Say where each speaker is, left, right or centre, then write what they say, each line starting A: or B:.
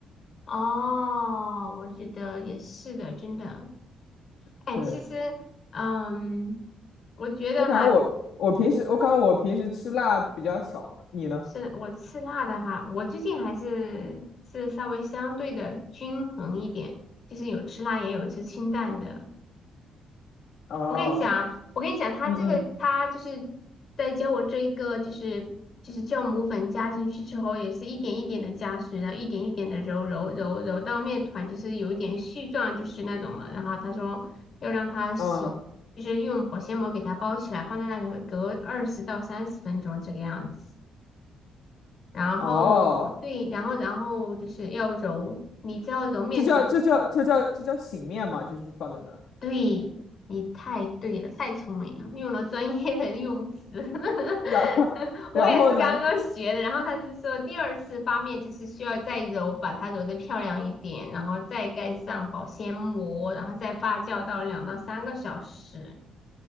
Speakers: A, on the left; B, on the left.
A: 哦，我觉得也是的，真的。
B: <laughs>
A: 哎，
B: 对，
A: 其实，嗯，我觉得哈，
B: 我感觉我我平时我感觉我平时吃辣比较少，你呢？
A: 是我吃辣的哈，我最近还是是稍微相对的均衡一点，就是有吃辣也有吃清淡的。
B: 哦，
A: 我跟你讲，我跟你讲，他这个他就是在教我这一个，
B: 嗯嗯
A: 就是就是酵母粉加进去之后，也是一点一点的加水，然后一点一点的揉揉揉揉到面团就是有一点絮状，就是那种了。然后他说要让它洗，
B: 嗯，
A: 就是用保鲜膜给它包起来，放在那里隔二十到三十分钟这个样子。然后对，
B: 哦。
A: 然后然后就是要揉，你知道揉面团。
B: 这叫这叫这叫这叫醒面嘛，就是放在那儿，
A: 对，你太对了，太聪明了，用了专业的用词。<laughs>
B: 然后然后呢？
A: 我也是刚刚学的，然后他就说第二次发面就是需要再揉，把它揉的漂亮一点，然后再盖上保鲜膜，然后再发酵到两到三个小时。